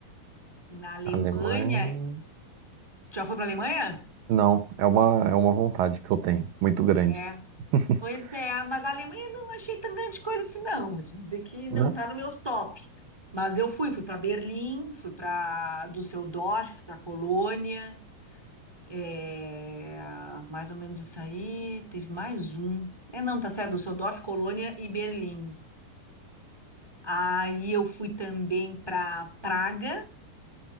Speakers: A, on the right; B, on the right.
A: Na Alemanha,
B: Alemanha.
A: tu já foi para Alemanha?
B: Não, é uma, é uma vontade que eu tenho, muito grande.
A: É,
B: <laughs>
A: pois é, mas a Alemanha não achei tão grande coisa assim, não. Vou te dizer que não
B: Não,
A: tá no meus top. Mas eu fui, fui para Berlim, fui para Düsseldorf, para Colônia. É, mais ou menos isso aí. Teve mais um. É, não, tá certo. Düsseldorf, Colônia e Berlim. Aí eu fui também para Praga,